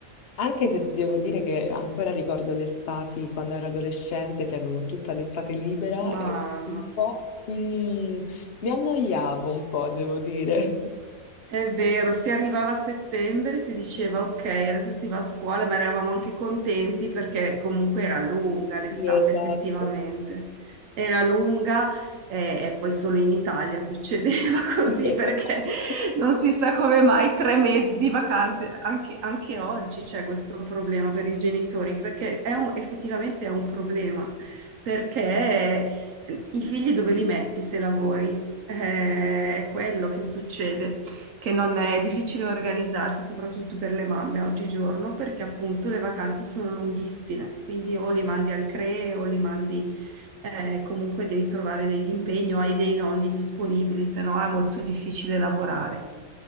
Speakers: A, on the left; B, on the right.
A: Anche se ti devo dire che ancora ricordo l'estate quando ero adolescente, che avevo tutta l'estate libera
B: Ma,
A: e un
B: ma
A: po' mm, mi annoiavo un po', devo dire. <laughs>
B: È vero, si arrivava a settembre, si diceva ok, adesso si va a scuola, ma eravamo anche contenti perché comunque era lunga l'estate
A: Sì, esatto.
B: effettivamente. Era lunga eh, e, poi solo in Italia succedeva <laughs> così
A: <laughs>
B: perché non si sa come mai tre mesi di vacanze, anche, anche oggi c'è questo problema per i genitori, perché è un- effettivamente è un problema, perché eh, i figli dove li metti se lavori? Eh, è quello che succede che non è difficile organizzarsi, soprattutto per le mamme oggigiorno, perché appunto le vacanze sono lunghissime, quindi o li mandi al CRE o li mandi eh, comunque devi trovare degli impegni o hai dei nonni disponibili, se no è molto difficile lavorare.